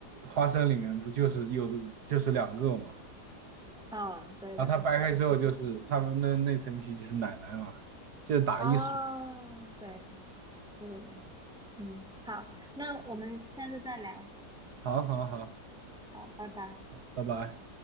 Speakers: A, on the right (about 70°); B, in the centre.
A: 花生里面不就是有的就是两个嘛，
B: 嗯，对对，
A: 然后它掰开之后就是他们的那层皮就是奶奶嘛，
B: 行，
A: 就是打一手。
B: 哦，对，对对对，嗯，好，那我们下次再聊，
A: 好好好，
B: 好，拜拜。
A: 拜拜。